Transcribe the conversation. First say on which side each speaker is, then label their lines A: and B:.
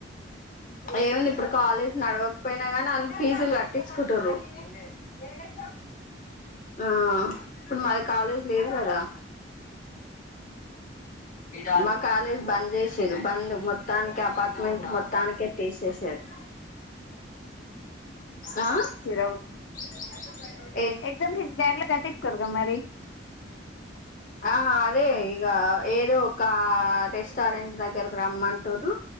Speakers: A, on the left; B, on the left.
A: ఏముంది ఇప్పుడు కాలేజ్ నడవకపోయినా కానీ ఆల్లు ఫీజులు కట్టించుకుంటుర్రు. ఇేరి ఆ ఇప్పుడు మాది కాలేజ్ లేదు కదా. అ మా కాలేజ్ బంద్ చేశిర్రు బంద్ మొత్తానికే అ పార్ట్మెంట్ మొత్తానికే తీసి సేసారు. ఆ
B: తిరవు
A: అ బయ
B: ఎగ్జామ్ ఫీస్ బ్యాక్లాగ్లకు కట్టిం స్తరు కదా మరి.
A: ఆ అదే ఇగా ఏదో ఒక రెస్టారెంట్ దగ్గరకి రమ్మంటుర్రు